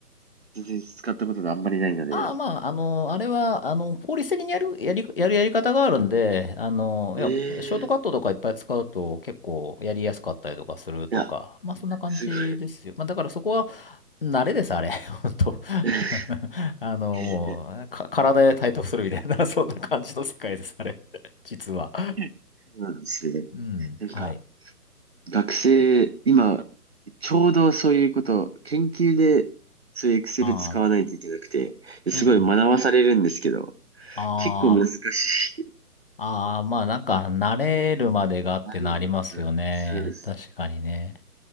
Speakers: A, on the right; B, on the left.
A: 全然使ったことがあんまりないので。
B: ああ、まあ、あの、あれは、あの、効率的にやる、やり、やるやり方があるんで、あの、
A: ええ
B: いや、ショートカットとかいっぱい使うと結構やりやすかったりとかするとか、
A: いや、
B: まあ、そんな感じですよ。
A: すごい。
B: まあ、だからそこは慣れです、あれ。<laughs> 本当
A: <laughs>
B: <laughs> あの、もう、
A: い
B: か、体で体得するみたいな、<laughs> そんな感じの世界です、あれ。<laughs> 実は。<laughs>
A: やそうなんですね。
B: うん、
A: なんか、
B: はい。
A: 学生、今、ちょうどそういうこと、研究で、そういう Excel
B: ああ、
A: 使わないといけなくて、すごい学ばされるんですけど、
B: うんうん。あ
A: 結構難しい。
B: あ、ああ、まあなんか慣れるまでがってのありますよね。
A: なるほどそうです。
B: 確かにね。